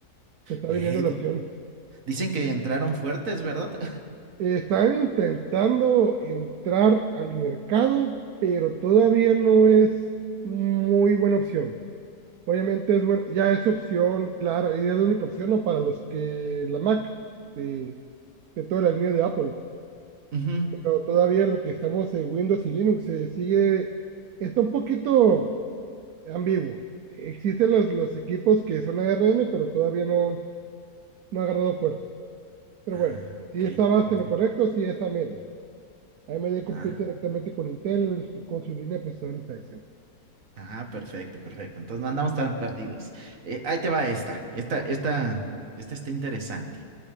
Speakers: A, on the right; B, on the right.
A: se está
B: Eh,
A: viniendo la
B: di-
A: opción.
B: dicen que entraron fuertes, ¿verdad?
A: Eh, Están intentando entrar al mercado, pero todavía no es muy buena opción. Obviamente es buen- ya es opción, claro, y es la única opción ¿no? para los que la Mac de, de toda la línea de Apple.
B: <laughs> Ujú.
A: Pero todavía lo que estamos en Windows y Linux se sigue, está un poquito ambiguo. Existen los, los equipos que son ARM, pero todavía no, no ha agarrado fuerza. Pero
B: Ah,
A: bueno,
B: ok,
A: si estabas
B: ok.
A: en lo correcto, si es AMD. AMD compite
B: Ah.
A: directamente con Intel en respe- con su línea de procesadores Ryzen.
B: Ah, perfecto, perfecto. Entonces no andamos tan perdidos. Eh, ahí te va esta. Esta, esta, esta está interesante.